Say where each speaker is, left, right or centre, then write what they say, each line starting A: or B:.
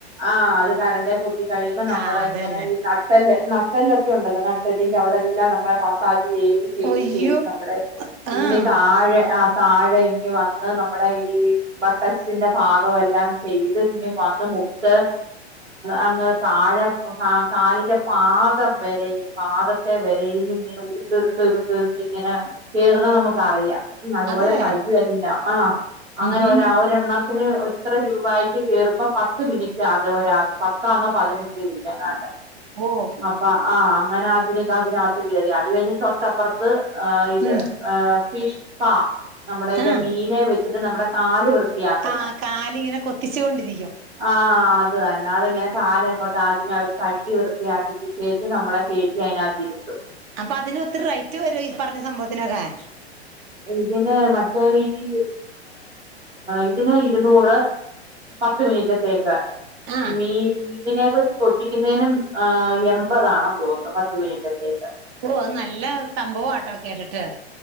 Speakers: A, on the right (about 75°); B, on the right (about 30°).
A: ആഹ് അത് കരണ്ടേ കുത്തി കഴിയുമ്പോ നമ്മുടെ
B: ആഹ് അത്
A: ഇങ്ങനെ
B: തന്നെ
A: ഈ നട്ടല്ല് നട്ടെല്ലൊക്കെ ഉണ്ടല്ലോ നട്ടല്ലിന്റെ അവിടെ എല്ലാം നമ്മെളെ മസാജ് ചെയ്യും ചെയ്ത്
B: ഒയ്യോ
A: ചെയ്ത് നമ്മുടെ
B: ആഹ്
A: ഇങ്ങന താഴെ ആഹ് താഴെ ഇങ്ങി വന്ന് നമ്മുടെ ഈ ബട്ടക്സിന്റെ ഭാഗമെല്ലാം ചെയ്ത് ഇങ്‌ വന്ന് മുട്ട് അങ് താഴെ കാലിന്റെ പാതം വരെയും പാദത്തെ വരും ഇങ്ങനെ ഉരുണ്ട ഉരുണ്ട് ഉരുണ്ട് ഉരുണ്ട് ഇങ്ങനെ കയർന്നാ നമുക്ക് അറിയാം ഉം അതുപോലെ
B: അതെ
A: കയ്യും എല്ലാം ആഹ് അങ്ങനെ
B: ഉം ഹും
A: ഒരെണ്ണ ത്തിന് എത്ര രൂപായിട്ട് കയറുമ്പോ പത്ത് പത്ത് മിനിറ്റ് അതത് ഒരാക്ക പത്താണോ പതിനഞ്ച് മിനിറ്റ്ന്നാണ്ട്
B: ഓഹ്
A: അപ്പ ആഹ് അങ്ങനെ അതിനൊ അതിനകത്ത് കയറി അത് കഴിഞ്ഞ് തൊട്ടപ്പുറത്ത് ഇത്
B: ഉം
A: ഫിഷ് പാ നമ്മുടെലെ
B: ആഹ്
A: മീനെ വെച്ചിട്ട് നമ്മുടെ കാല് വൃത്തിയാക്കുന്ന
B: ആഹ് കാലിങ്ങനെ കൊത്തിച്ചു കൊണ്ടിരിക്കും
A: ആഹ് അത് തന്നെ അതങ്ങനെ കാല്‌ എങ്ങോട്ട് ആദ്യമേ അവര് കഴുകി വൃത്തിയാക്കിച്ച് ത് നമ്മളെ കേറ്റി അതിനകത്തിരുത്തും
B: അപ്പൊ അതിനൊത്തിരി റൈറ്റ് വരോ ഈ പറഞ്ഞ സംഭവത്തിനൊക്കെ! !
A: ഇതിന് മറ്റേ ഈ ഇതിന് ഇരുന്നൂറ് പത്ത് മിനിറ്റത്തേക്ക്
B: ആഹ്
A: മീ മീനിനെക്കെ വച്ചച്ച് മീനിനെ വെച്ച് കൊത്തിക്കുന്നതിനു എൺമ്പതാണോ തോന്നുന്നു പത്തു മിനിറ്റത്തേക്ക്.
B: ഓഹ് അത് നല്ല സംഭവം ആട്ടോ കേട്ടിട്ട്...